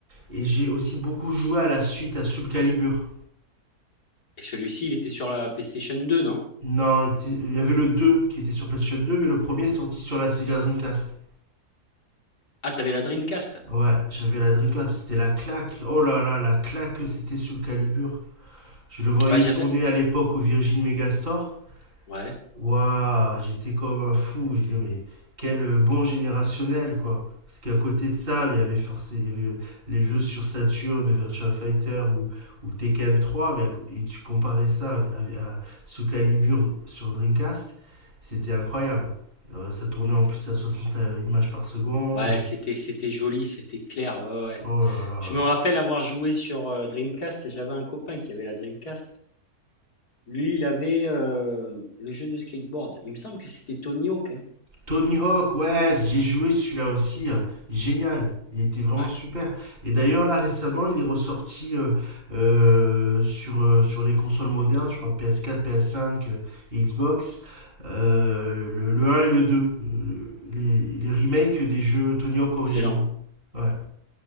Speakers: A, on the right; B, on the left.
A: et j'ai aussi beaucoup joué à la suite à Soul Calibur.
B: et celui-ci, il était sur la PlayStation 2, non?
A: Non, il était- il y avait le 2 qui était sur PlayStation deux, mais le premier est sorti sur la Sega Dreamcast.
B: Ah, t'avais la Dreamcast.
A: Ouais, j'avais la Dreamcast, c'était la claque. Oh là là, la claque que c'était sous le Calibur. Je le voyais
B: Ouais, j'avais.
A: tourner à l'époque au Virgin Megastore.
B: Ouais.
A: Waouh, j'étais comme un fou. Je disais, mais quel euh, bon générationnel, quoi. Parce qu'à côté de ça, il y avait forcément les jeux sur Saturn, Virtua Fighter ou, ou Tekken trois Mais à co- et tu comparais ça à, à- à sous Calibur sur Dreamcast, c'était incroyable. Euh, ça tournait en plus à 60 images par seconde.
B: Ouais, c'était, c'était joli, c'était clair. Ouais, ouais. ouais.
A: Oh là là.
B: Je me rappelle avoir joué sur euh, Dreamcast, et j'avais un copain qui avait la Dreamcast. Lui, il avait euh, le jeu de skateboard. Il me semble que c'était Tony Hawk. hein.
A: Tony Hawk, ouais, j'ai joué celui-là aussi. euh, Génial. Il était vraiment
B: Ouais,
A: super. Et d'ailleurs, là, récemment, il est ressorti euh, euh, sur, euh, sur les consoles modernes, je crois PS4, PS5, euh, et Xbox, euh, le, le 1 et le 2 euh, les, les remakes des jeux Tony Hawk originaux.
B: excellent.
A: Ouais.